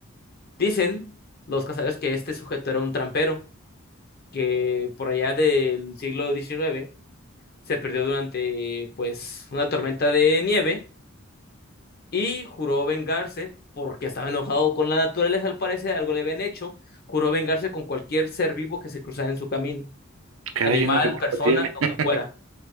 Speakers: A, on the left (about 50°); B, on the right (about 75°).
A: Dicen los cazadores que este sujeto era un trampero que por allá del siglo diecinueve se perdió durante pues una tormenta de nieve y juró vengarse porque estaba enojado con la naturaleza, al parecer algo le habían hecho, juró vengarse con cualquier ser vivo que se cruzara en su camino,
B: Caray,
A: animal,
B: ¿uno qué culpa
A: persona,
B: tiene?
A: lo
B: <laughs>
A: que fuera.